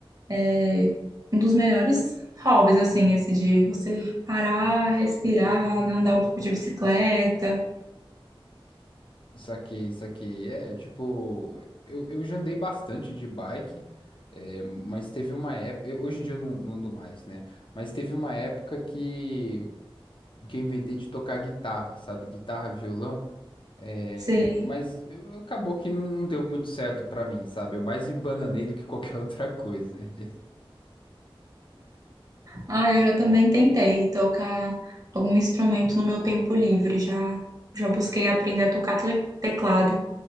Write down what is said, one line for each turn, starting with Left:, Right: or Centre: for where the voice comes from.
Right: é, um dos melhores hobbies assim, esse de você parar, respirar, andar um pouco de bicicleta.
Left: Saquei, saquei. É, tipo, eu, eu já andei bastante de bike, é, mas teve uma época, eu- hoje em dia eu não, não ando mais, né, mas teve uma época que, que eu inventei de tocar guitarra, sabe, guitarra, violão, é,
Right: Você
Left: mas eu- acabou que não, não deu muito certo pra mim, sabe, eu mais me embananei do que qualquer outra coisa. <laughs>
Right: Ah, eu já também tentei tocar algum instrumento no meu tempo livre. Já, já busquei aprender a tocar tle- teclado,